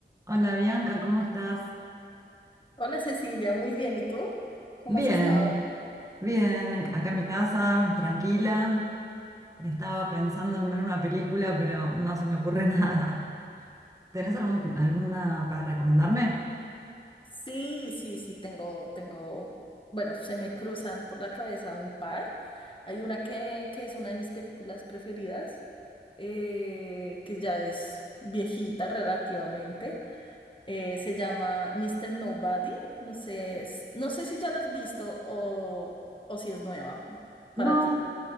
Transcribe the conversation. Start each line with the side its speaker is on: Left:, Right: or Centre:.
Right: Hola Bianca, ¿cómo estás?
Left: Hola Cecilia, muy bien. ¿Y tú? ¿Cómo
Right: Bien,
Left: has estado?
Right: bien, acá en mi casa, tranquila. Estaba pensando en ver una película, pero no se me ocurre <laughs> nada. ¿Tenés algún- alguna para recomendarme?
Left: Sí, sí, sí, tengo, tengo, bueno, se me cruzan por la cabeza un par. Hay una que, que es una de mis películas preferidas, eh, que ya es viejita relativamente. Eh, se llama Mister Nobody. No sé, s- no sé si ya la has visto o, o si es nueva
Right: No,
Left: para ti.